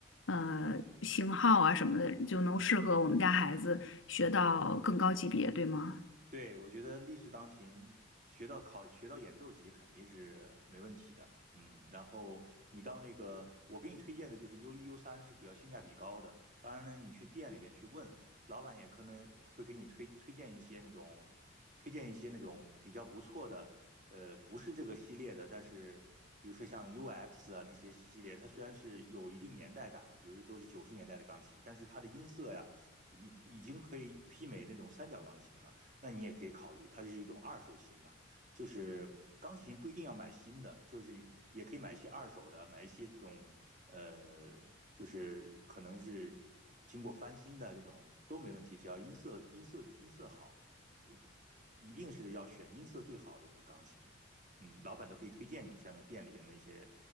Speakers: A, on the left; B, on the right.
A: 呃型号啊什么的，就能适合我们家孩子学到更高级别，对吗？
B: 对，我觉得立式钢琴学到考学到演奏级肯定是没问题的，嗯，然后你到那个我给你推荐的就是 U 一 U 三是比较性价比高的，当然呢，你去店里边去问，老板也可能会给你推推荐一些那种推荐一些那种比较不错的，呃，不是这个系列的，但是比如说像 UX 啊那些系列，它虽然是有一定年代感了，比如说都是九十年代的钢琴，但是它的音色呀已已经可以媲美那种三角钢琴了。那你也可以考虑，它就是一种二手琴嘛，就是钢琴不一定要买新的，就是也可以买一些二手的，买一些这种呃，就是可能是经过翻新的这种都没问题，只要音色音色音色好，你一定是要选音色最好的这种钢琴，嗯，老板都可以推荐你，像那店里边的一些，